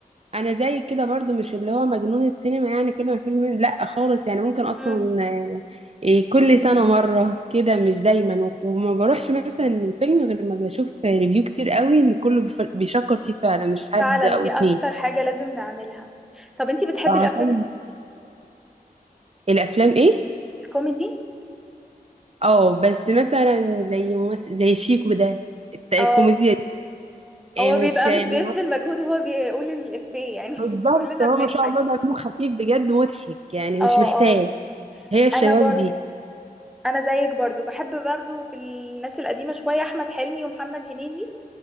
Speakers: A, on the right; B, in the centre.
A: انا زي كده برضو مش اللي هو مجنون السينما يعني كل ما فيلم لا خالص يعني ممكن اصلا
B: امم
A: إيه، كل سنه مره كده مش دايما و- وما بروحش مثلا الفيلم غير لما بشوف ريفيو كتير قوي ان كله بيف- بيشكر فيه فعلا مش حد
B: فعلا
A: او
B: دي
A: اتنين
B: اكتر حاجة لازم نعملها طب انتي بتحبي
A: آه،
B: الافلام
A: عشان
B: الك-
A: الافلام ايه
B: الكوميدي
A: اه بس مثلا زي ممثل زي شيكو ده الت- الكوميديا
B: اه
A: دي إيه،
B: هو بيبقى
A: مش يعني
B: مش بيبذل مجهود وهو بيقول الإفيه يعني <laughs>
A: بالظبط
B: كلنا
A: هو
B: بنضحك
A: ما شاء الله دمه خفيف بجد مضحك يعني
B: اه
A: مش محتاج
B: اه
A: هي الشباب
B: انا برضو
A: دي
B: انا زيك برضو بحب برضو في الناس القديمه شويه احمد حلمي ومحمد هنيدي